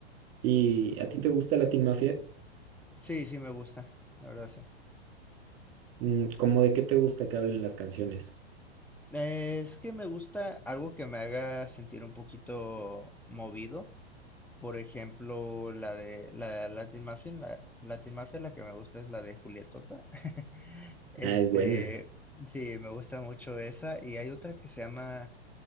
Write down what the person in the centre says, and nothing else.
Sí, sí, me gusta, la verdad, sí.
Eh, Es que me gusta algo que me haga sentir un poquito movido Por ejemplo, la de la Latin Mafia, la Latin Mafia, la que me gusta es la de Julietota. <laughs> Este,
sí, me gusta mucho esa. Y hay otra que se llama,